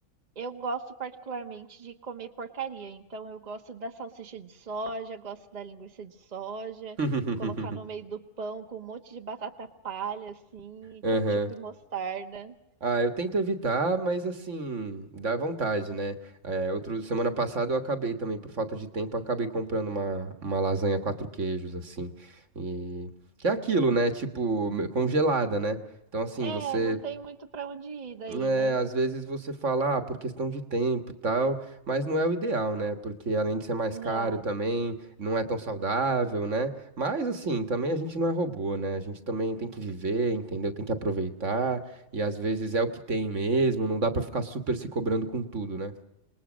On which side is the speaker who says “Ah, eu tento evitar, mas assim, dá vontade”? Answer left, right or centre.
Right